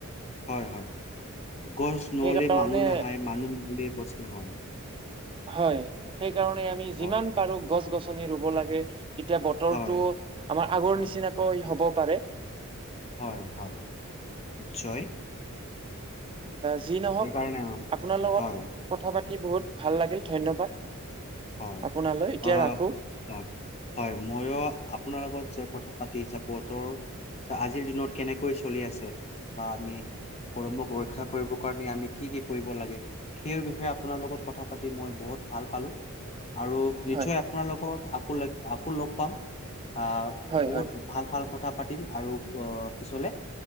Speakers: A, on the left (about 30°); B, on the right (about 25°).
A: হয় হয়, গছ নহ'লে
B: সেইকাৰণে
A: মানুহ নহয়, মানুহ নহ'লে গছ নহয়।
B: হয়, সেইকাৰণে আমি
A: হয়
B: যিমান পাৰো গছ গছনি ৰুব লাগে। এতিয়া বতৰটো
A: হয়
B: আমাৰ আগৰ নিচিনাকৈ হ'ব পাৰে।
A: হয় হয়, নিশ্চয়।
B: যি নহওক,
A: সেইকাৰণে
B: আপোনাৰ লগত
A: হয়
B: কথা পাতি বহুত ভাল লাগিল, ধন্যবাদ।
A: হয়,
B: আপোনালৈ এতিয়া
A: অ',
B: ৰাখো
A: হয়, হয়, ময়ো আপোনাৰ লগত যে কথা পাতি চাপৰ্টৰ আজিৰ দিনত কেনেকৈ চলি আছে বা আমি গৰমক ৰক্ষা কৰিব কাৰণে আমি কি কি কৰিব লাগে? সেই বিষয়ে আপোনাৰ লগত কথা পাতি মই বহুত ভাল পালোঁ। আৰু নিশ্চয়
B: হয়
A: আপোনাৰ লগত আকৌ লগ আকৌ লগ পাম, আহ,
B: হয়
A: বহুত
B: হয়
A: ভাল ভাল কথা পাতিম আৰু অ', পিছলে।